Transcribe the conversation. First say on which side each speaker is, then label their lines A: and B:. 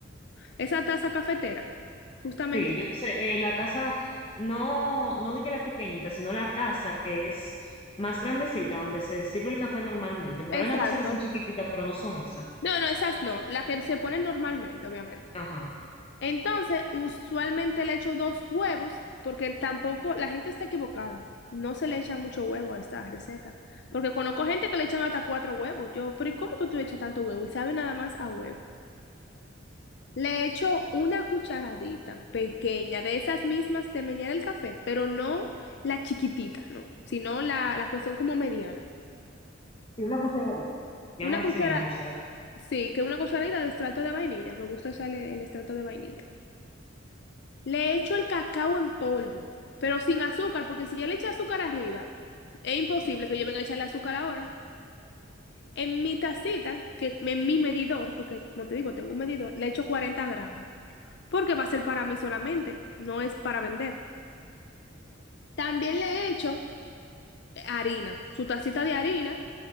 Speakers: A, on the left (about 60°); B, on the left (about 30°).
A: Esa taza cafetera, justamente.
B: sí, yo sé, eh, la taza no no dije la pequeñita, sino la taza que es más grandecita donde se sirve el café normalmente, porque
A: Exacto.
B: hay una taza que son chiquititas, pero no son esas.
A: No, no, esas no, las que se ponen normalmente, obviamente.
B: Ajá.
A: Entonces, usualmente le echo dos huevos, porque tampoco la gente está equivocada. No se le echa mucho huevo a esta receta. Porque conozco gente que le echan hasta cuatro huevos. Yo, pero ¿y cómo que tú le echas tanto huevo? Y sabe nada más a huevo. Le echo una cucharadita pequeña de esas mismas de menear el café, pero no la chiquitita, no, sino la, las que son como medianas.
B: Sí, una cucharadita. Llaman
A: Una cuchara,
B: así mismo cucharadita.
A: sí, que una cucharadita de extracto de vainilla. Me gusta echarle el extracto de vainilla. Le echo el cacao en polvo, pero sin azúcar, porque si ya le eché azúcar arriba, es imposible que yo venga a echarle azúcar ahora. En mi tacita, que en mi medidor, porque como te digo, tengo un medidor, le echo 40 gramos, porque va a ser para mí solamente, no es para vender. También le echo harina, su tacita de harina,